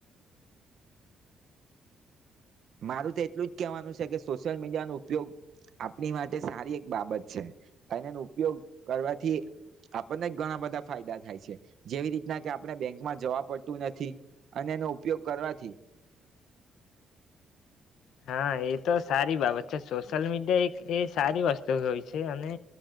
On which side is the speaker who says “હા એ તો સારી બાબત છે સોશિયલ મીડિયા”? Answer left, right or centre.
Left